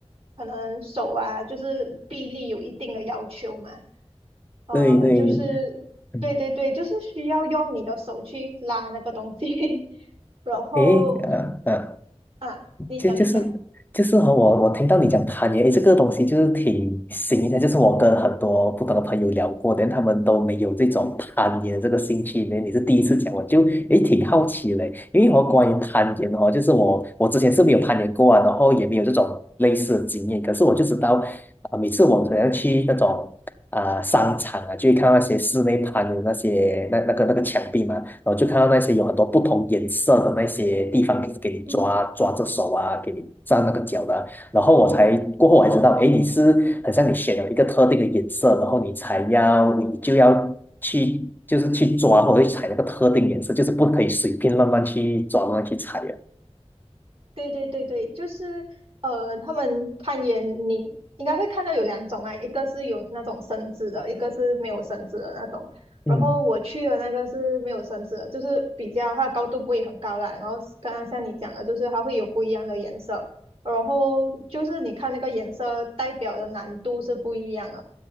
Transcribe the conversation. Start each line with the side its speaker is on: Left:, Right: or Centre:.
Right: 可能手啊，就是臂力有一定的要求嘛。呃，
Left: 对对，
Right: 就是对对对，
Left: 嗯，
Right: 就是需要用你的手去拉那个东西，<laughs> 然后
Left: 诶，呃呃，
Right: 啊，你讲你讲，
Left: 就就是就是和我我听到你讲攀岩，诶，这个东西就是挺新的，就是我跟很多不同的朋友聊过，但他们都没有这种攀岩这个兴趣。
Right: 嗯。
Left: 那你是第一次讲，我就诶挺好奇嘞，因为我关于攀岩哦，就是我我之前是没有攀岩过啊，然后也没有这种类似的经验，可是我就知道啊、每次我好像去那种啊、商场啊，就会看到那些室内攀的那些那那个那个墙壁嘛。然后就看到那些有很多不同颜色的那些地方给给你抓抓着手啊，
Right: 嗯。
Left: 给你站那个脚的啊然后我才过后我才知道，哎，你是很像你选了一个特定的颜色，然后你才要你就要去就是去抓或者去踩那个特定颜色，就是不可以随便乱乱去抓乱乱去踩的。
Right: 对对对对，就是呃，他们攀岩你应该会看到有两种啊，一个是有那种绳子的，一个是没有绳子的那种。
Left: 嗯，
Right: 然后我去的那个是没有绳子的，就是比较它的高度不会很高啦。然后刚刚像你讲的，就是它会有不一样的颜色，然后就是你看那个颜色代表的难度是不一样的。